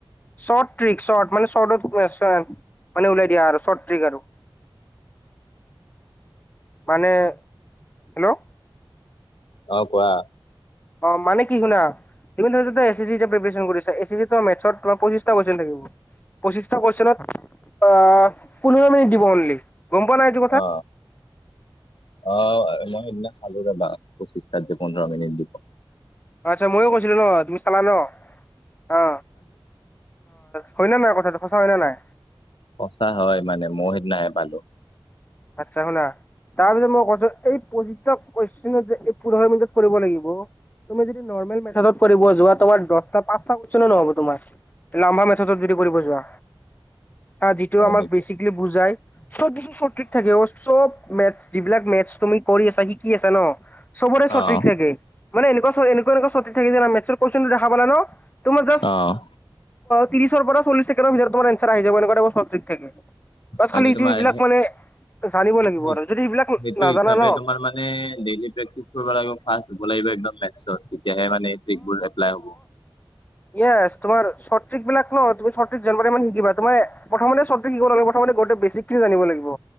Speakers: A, on the left (about 20°); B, on the left (about 70°).
A: শৰ্ট ট্ৰিক শৰ্ট মানে চৰ্টত মানে ওলাই দিয়া আৰু চৰ্ট ট্ৰিক আৰু। মানে হেল্ল'।
B: অ কোৱা।
A: অ মানে কি শুনা। তুমি তোত এচ চি চি এতিয়া প্ৰিপেচন কৰিছা এচ চি চিত মেথছত তোমাৰ পছিশঁটা কুৱেচন থাকিব পঁচিশটা কুৱেশনত আহ পোন্ধৰ মিনিট দিব অনলি গম পোৱা নে তু
B: অ অ মই সেইদিনা চা চালোগে ন পঁচিছটা যে পোন্ধৰ মিনিট দিব
A: আচ্ছা ময়ো কৈছিলো ন তুমি চালা ন অ। অ হয় নে নাই কথাটো সঁচা হয় নে নাই।
B: সঁচা হয় মানে মই সেইদিনাাহে পালো।
A: আচ্ছা শুনা। তাৰ পিছত মই কৈছো এই পচি <unintelligible> ক এই পোন্ধৰ মিনিটত কৰিব লাগিব। তুমি যদি নৰ্মেল মেথডত কৰিব যোৱা তোমাৰ দহটা পাঁচটা কইছন নহ'ব তোমাৰ। লম্বা মেথত যদি কৰিব যোৱাা। হা যিটোও
B: হয়
A: আমাক
B: নেকি
A: বেচিকেলি বুজাই চবছু সঠিক <unintelligible> থাকে অ। চব মেথ যিবিলাক মেথছ তুমি কৰি আছা শিকি আছা ন। চবৰে চৰট
B: অ'
A: ট্ৰিক থাকে মানে এনেুৱকুৱা- এনেুৱকুৱা চৰট ট্ৰিক থাকে যে মে মেথচ কইচন টো দেখা পালা ন। তোমাৰ জাষ্ট
B: অ'
A: ত্ৰিশৰ পৰা চল্লিশ ছেকেডৰ ভিতৰত তোমাৰ আহি যাব এনেকোৱা চৰট ট্ৰিক থাকে বাছ
B: মানে
A: খালি ই
B: তোমাৰ
A: এইবিলাক
B: সেই
A: মানে জানিব লাগিব
B: সেই-
A: আৰু যদি এইবিলাক
B: সেইটো
A: নাজানা ন
B: <unintelligible> তেতিয়াহে মানে ট্ৰিকবোৰ এপ্লাই হ'ব।
A: ইয়াস তোমাৰ চৰট ট্ৰিক বিলাক ন তুমি চৰট ট্ৰিক জানুৱাৰী মান শিকিবা তোমাৰ প্ৰথমতে চৰট ট্ৰিক টো শিক নালগে প্ৰথম গোটে বেছিক খিনি জানিব লাগিব।